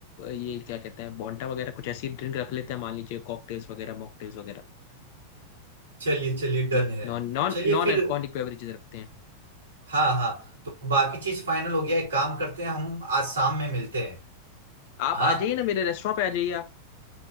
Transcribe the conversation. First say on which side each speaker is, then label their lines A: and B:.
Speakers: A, on the left; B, on the right.
A: ये क्या कहते हैं बॉन्टा वगैरह कुछ ऐसी ड्रिंक रख लेते हैं मान लीजिए कॉकटेल्स वगैरह मॉकटेल्स वगैरह
B: चलिए चलिए डन
A: है ना
B: है
A: non non
B: चलिए
A: non
B: फिर
A: alcoholic beverages रखते हैं
B: हाँ हाँ तो बाकी चीज फाइनल हो गया एक काम करते हैं हम आज शाम में मिलते हैं
A: आप
B: हाँ
A: आ जाइए ना मेरे रेस्टोरेंट पे आ जाइए आप